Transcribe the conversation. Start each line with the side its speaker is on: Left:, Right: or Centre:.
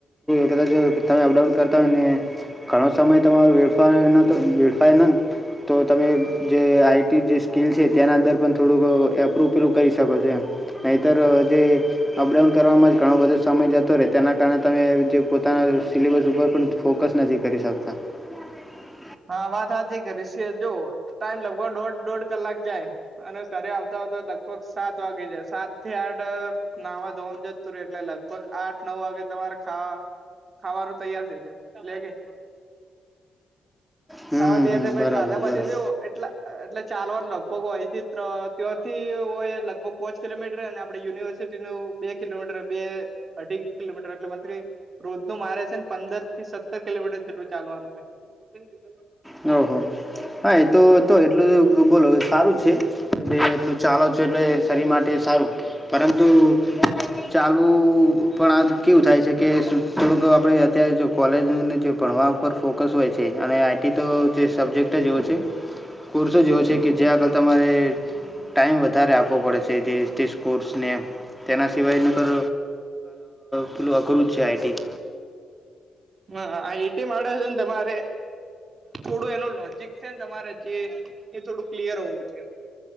Centre: કદાચ તમે અપડાઉન કરતા હોયને. ઘણો સમય તમારો વેડફાય નયને, તો તમે જે આઈટી જે સ્કીલ છે, તેના અંદર પણ થોડુંક એપ્રૂવ કરી શકો છો એમ. નહીતર જે અપડાઉન કરવામાં જ ઘણો બધો સમય જતો. રહે, તેના કારણે તમે જે પોતાના સિલેબસ ઉપર પણ ફોકસ નથી કરી શકતા. હા.
Right: હા, વાત હાચી કરીશે, જો ટાઈમ લગભગ દોઢ-દોઢ કલાક જાય. અને ઘરે આવતા-આવતા, લગભગ સાત વાગી જાય, સાત થી આઠ નાવા ધોવામાં જતું રે, એટલે લગભગ આઠ-નવ વાગે તમારે ખાવા. ખાવાનું તૈયાર થઇ જાય લે કે.
Centre: હમ,
Right: ખાવા, તૈયાર‌
Centre: હમ.
Right: પછી
Centre: બરાબર,
Right: ખાધા,
Centre: બરાબર.
Right: પાછી જો એટલા એટલે ચાલવાનું લગભગ હોયથી હોય, લગભગ પોંચ કિલોમીટરને આપડે યુનિવર્સિટી નું બે કિલોમીટર, બે અઢી કિલોમીટર એટલે મંથલી. રોજ નું મારે છે ને, પંદર થી સત્તર કિલોમીટર જેટલું ચાલવાનું થાય.
Centre: ઓહો, હો, હા, એ તો તો એટલું બોલો સારું છે, એ એટલું. ચાલો છો, એટલે શરીર માટે સારું પરંતુ ચાલવું પણ આ કેવું થાય છે કે, થોડુંક આપણે અત્યારે જો કોલેજને જે ભણવા ઉપર ફોકસ હોય છે, અને આઈટી તો જે સબ્જેક્ટ જ એવો છે. કોર્સો જે એવો છે કે, જે આગળ તમારે ટાઈમ વધારે આપવો પડે છે, એ જેતે કોર્સને તેના સિવાય નકર પેલું અઘરું જ છે, આઈટી.
Right: હા, આઇઆઇટી માટે છે ને, તમારે થોડું એનું લોજીક છે ને, તમારે જે એ થોડું ક્લિયર હોવું જોઈએ,